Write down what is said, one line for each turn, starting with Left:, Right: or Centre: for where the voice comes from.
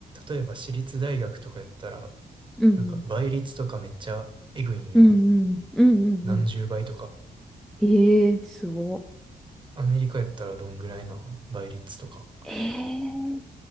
Right: 例えば私立大学とかやったら、
Centre: うんうん
Right: なんか倍率とかめっちゃえぐいんよ。
Centre: うんうんうんうんうん。
Right: 何十倍とか。
Centre: ええすご
Right: アメリカやったらどんぐらいな倍率とか。
Centre: ええ